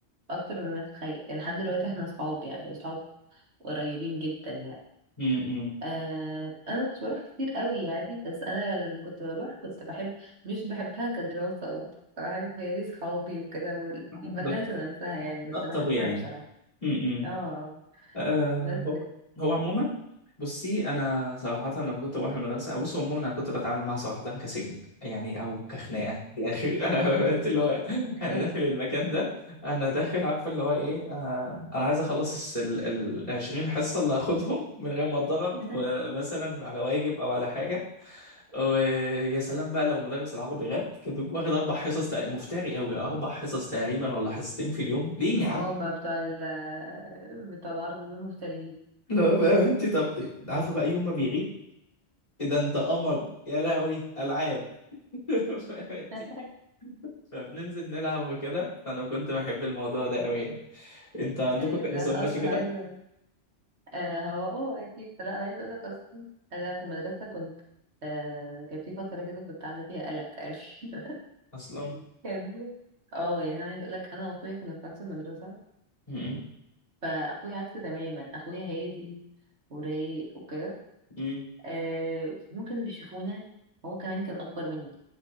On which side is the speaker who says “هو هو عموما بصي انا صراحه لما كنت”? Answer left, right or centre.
Left